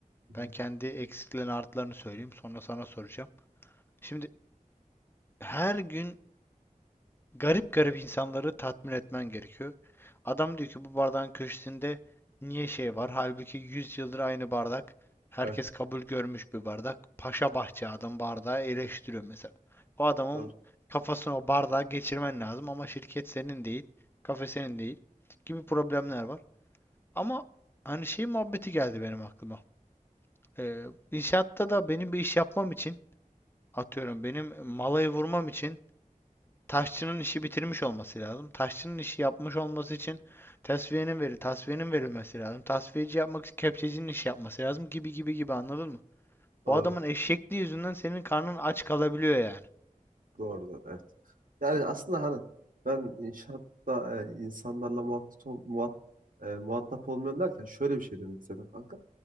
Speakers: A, on the right; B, on the left.
A: Hı hı.
B: Ben kendi eksiklerini artılarını söyleyeyim sonra sana soracağım. Şimdi her gün garip garip insanları tatmin etmen gerekiyor. Adam diyor ki bu bardağın köşesinde niye şey var? Halbuki 100 yıldır aynı bardak. Herkes
A: Evet.
B: kabul görmüş bir bardak. Paşa bahçe adam bardağı eleştiriyor mesela. O adamın
A: Doğru.
B: kafasına o bardağı geçirmen lazım ama şirket senin değil, kafe senin değil gibi problemler var. Ama hani şey muhabbeti geldi benim aklıma. Ee, inşaatta da benim bir iş yapmam için atıyorum benim malayı vurmam için taşçının işi bitirmiş olması lazım. Taşçının işi yapmış olması için tasfiyenin veri, tasfiyenin verilmesi lazım. Tasfiyeci yapmak için kepçecinin işi yapması lazım gibi gibi gibi anladın mı?
A: Doğru.
B: O adamın eşekliği yüzünden senin karnın aç kalabiliyor yani.
A: Doğru. doğru, Evet. Yani aslında hani ben inşaatta e, insanlarla muhatap, ol- muhat, e, muhatap olmuyorum derken şöyle bir şey demek istedim kanka.